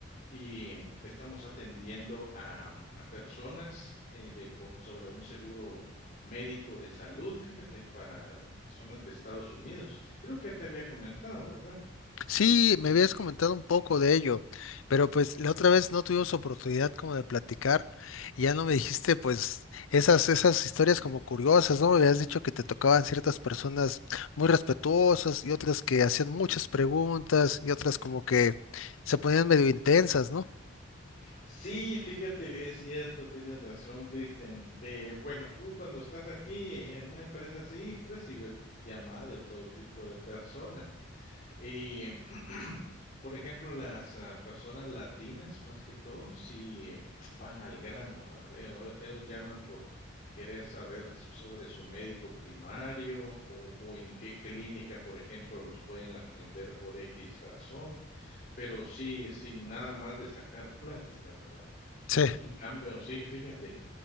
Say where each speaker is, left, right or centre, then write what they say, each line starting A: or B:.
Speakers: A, on the left; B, on the left.
A: y mm, estamos atendiendo a, a personas eh, de, co- sobre un seguro médico de salud, fíjate, para mm, personas de Estados Unidos. Creo que ya te había comentado, ¿verdad?
B: Sí, me habías comentado un poco de ello, pero pues la otra vez no tuvimos oportunidad como de platicar y ya no me dijiste pues esas, esas historias como curiosas, ¿no? Me habías dicho que te tocaban ciertas personas muy respetuosas y otras que hacían muchas preguntas y otras como que se ponían medio intensas, ¿no?
A: Sí, fíjate que es cierto, tienes razón, Cristian. Eh, bueno, tú cuando estás aquí en una empresa así, recibes llamadas de todo tipo de personas. Y, <clears throat> por ejemplo, las ah, personas latinas, más que todo, sí eh, van al grano, ¿va? Ellos, ellos llaman por querer saber sobre su médico primario o, o en qué clínica, por ejemplo, los pueden atender por X razón, pero sí sin nada más de sacar plática, ¿verdad?
B: Sí.
A: En cambio, sí, fíjate,